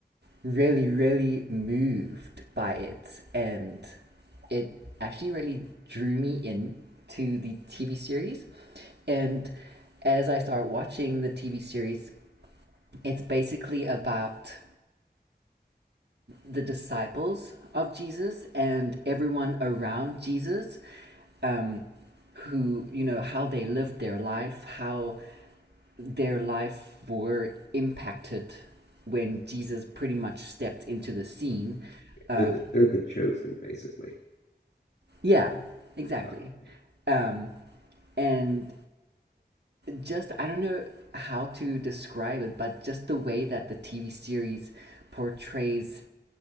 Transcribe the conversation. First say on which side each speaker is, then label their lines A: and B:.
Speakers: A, on the right; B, on the left.
A: really, really moved by it, and it actually really drew me in to the TV series, and as I start watching the TV series, it's basically about the disciples of Jesus and everyone around Jesus, um, who, you know, how they lived their life, how their life were impacted when Jesus pretty much stepped into the scene. Um,
B: They're the, they're the chosen, basically.
A: yeah, exactly.
B: Okay.
A: Um, and just, I don't know how to describe it, but just the way that the TV series portrays